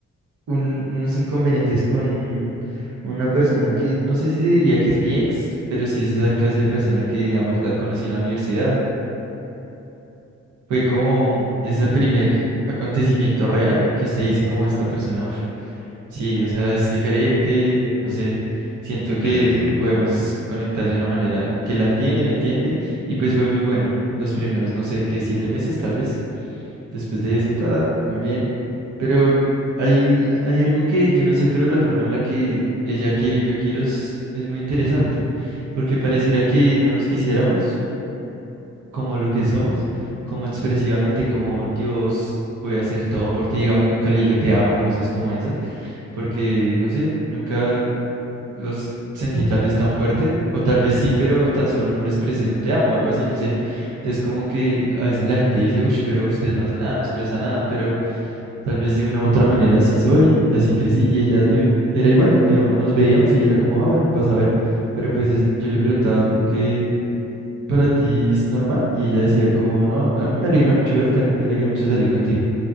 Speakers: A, on the right (about 80°); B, on the left (about 85°).
A: un- unos inconvenientes con una persona que no sé si te diría que es mi ex, pero sí es esa clase de persona que, digamos, la conocí en la universidad. Fue como ese primer acontecimiento real que usted dice como esta persona, uf, sí, o sea, es diferente, no sé. Siento que
B: Sí, sí, sí.
A: podemos conectar de una manera que la entiende, me entiende, y pues fue muy bueno. Los primeros, no sé, que siete meses tal vez. Después de eso, está muy bien. Pero hay, hay algo que yo no sé, pero la forma en la que ella quiere y yo quiero es, es muy interesante, porque pareciera que no nos quisiéramos como lo que somos, como expresivamente, como Dios, voy a hacer todo por ti, digamos, nunca le dije te amo, cosas como esas, porque no sé, nunca los sentí tal vez tan fuerte, o tal vez sí, pero tan solo no le expresé en un te amo o algo así, no sé. Entonces como que a veces la gente dice, uff, pero usted no hace nada, no expresa nada, pero... Tal vez de una u otra manera así soy, y así crecí, y ella de un- era igual, digamos, nos veíamos y ella era como, ah, bueno, pasa a ver, pero pues es- yo le preguntaba por qué para ti es normal, y ella decía como, no, a mí me alegra mucho verte, a mí me alegra mucho salir contigo.